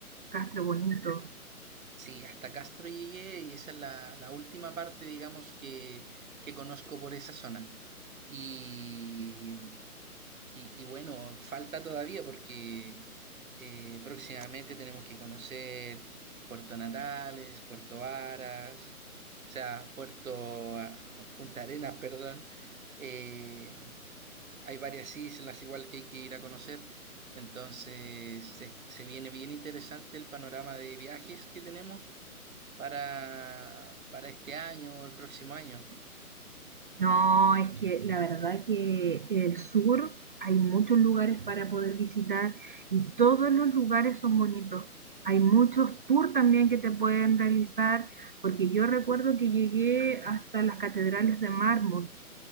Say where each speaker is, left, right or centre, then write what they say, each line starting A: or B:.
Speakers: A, on the right; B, on the right.
A: Castro Bonito.
B: Sí, hasta Castro llegué y esa es la, la última parte, digamos, que, que conozco por esa zona. Y, y- y bueno, falta todavía porque eh, próximamente tenemos que conocer Puerto Natales, Puerto Varas, o sea, Puerto ah, Punta Arenas, perdón. Eh, hay varias islas igual que hay que ir a conocer. Entonces, se se viene bien interesante el panorama de viajes que tenemos para, para este año o el próximo año.
A: No, es que la verdad que el sur hay muchos lugares para poder visitar y todos los lugares son bonitos. Hay muchos tours también que te pueden realizar, porque yo recuerdo que llegué hasta las catedrales de mármol.